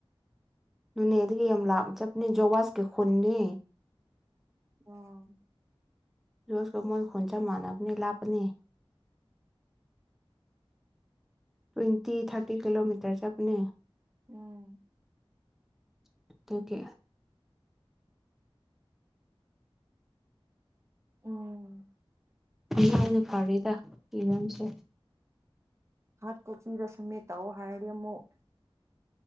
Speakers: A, in the centre; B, on the right.
A: ꯅꯣꯅꯦꯗꯒꯤ ꯌꯥꯝ ꯂꯥꯞꯅ ꯆꯠꯄꯅꯦ ꯖꯣꯋꯥꯥꯁꯀꯤ ꯈꯨꯟꯅꯤ
B: ꯑꯣ
A: ꯖꯣꯋꯥꯁꯀ ꯃꯣꯏ ꯈꯨꯟ ꯆꯞ ꯃꯥꯟꯅꯕꯅꯦ ꯂꯥꯞꯄꯅꯤ ꯇ꯭ꯋꯦꯟꯇꯤ ꯊꯥꯔꯇꯤ ꯀꯤꯂꯣꯃꯤꯇꯔ ꯆꯠꯄꯅꯤ
B: ꯎꯝ
A: ꯇꯨꯀꯦ
B: ꯑꯝ
A: ꯑꯃꯥꯏꯅ ꯐꯔꯤꯗ ꯏꯔꯝꯁꯦ
B: ꯍꯥꯔꯗ ꯀꯣꯄꯤꯗ ꯁꯃꯤꯠ ꯇꯧ ꯍꯥꯏꯔꯗꯤ ꯑꯃꯨꯛ